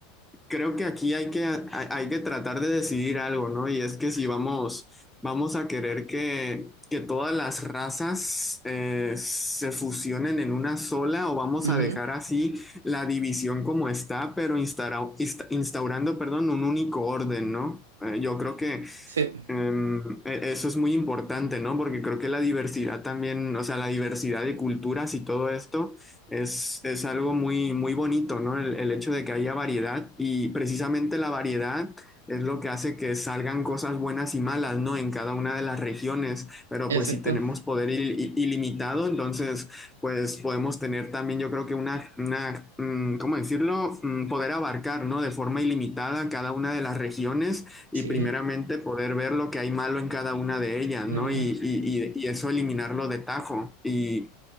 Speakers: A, in the centre; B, on the right.
A: Creo que aquí hay que, hay, hay que tratar de decidir algo, ¿no? Y es que si vamos, vamos a querer que, que todas las razas eh, se fusionen en una sola o vamos
B: Ujú,
A: a dejar así la división como está, pero instaura- insta- instaurando, perdón, un único orden, ¿no? Eh, yo creo que
B: Sí,
A: Em, e- eso es muy importante, ¿no? Porque creo que la diversidad también, o sea, la diversidad de culturas y todo esto es, es algo muy, muy bonito, ¿no? El, el hecho de que haya variedad y precisamente la variedad es lo que hace que salgan cosas buenas y malas, ¿no? En cada una de las regiones, pero
B: exacto.
A: pues si tenemos poder il- i- ilimitado, entonces pues podemos tener también, yo creo que una, una, mm, ¿cómo decirlo? Mm, Poder abarcar, ¿no? De forma ilimitada cada una de las regiones y
B: Sí.
A: primeramente poder ver lo que hay malo en cada una de ellas,
B: ajá.
A: ¿no? Y, y, y, y eso eliminarlo de tajo. Y